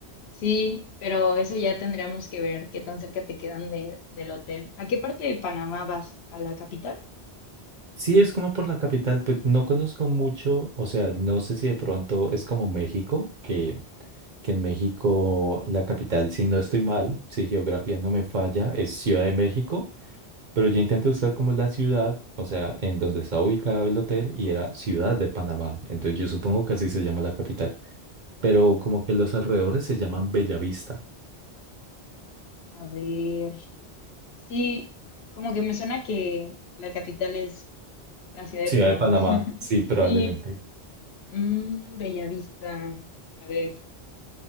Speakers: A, on the left (about 75°); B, on the right (about 50°).
A: sí, pero eso ya tendríamos que ver qué tan cerca te quedan de- del hotel. ¿A qué parte de Panamá vas? ¿A la capital?
B: Sí, es como por la capital, pues no conozco mucho, o sea, no sé si de pronto es como México, que, que en México la capital, si no estoy mal, si geografía no me falla, es Ciudad de México, pero yo intenté buscar como la ciudad, o sea, en donde está ubicado el hotel y era Ciudad de Panamá, entonces yo supongo que así se llama la capital, pero como que los alrededores se llaman Bellavista,
A: A ver, sí, como que me suena que la capital es la ciudad de
B: Ciudad
A: Panamá.
B: de Panamá,
A: <laughs>
B: sí, probablemente.
A: Sí, mm, Bellavista. A ver,